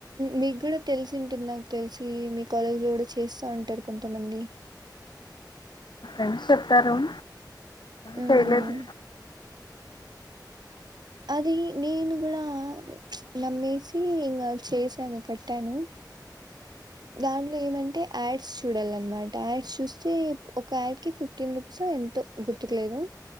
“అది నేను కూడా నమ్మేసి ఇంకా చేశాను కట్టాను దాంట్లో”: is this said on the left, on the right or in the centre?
Right